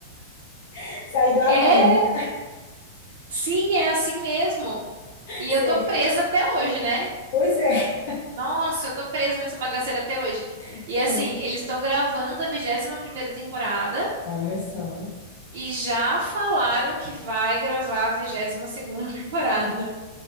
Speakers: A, on the left; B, on the right.
A: <laughs> Saí de lá
B: É,
A: médica.
B: sim, é assim mesmo.
A: <laughs>
B: E
A: Sei.
B: eu tô presa até hoje, né?
A: Pois é.
B: Nossa, eu tô presa nessa bagaceira até hoje.
A: Então,
B: E assim, eles estão gravando a vigésima primeira temporada
A: Olha só.
B: e já falaram que vai gravar a vigésima segunda <laughs> temporada.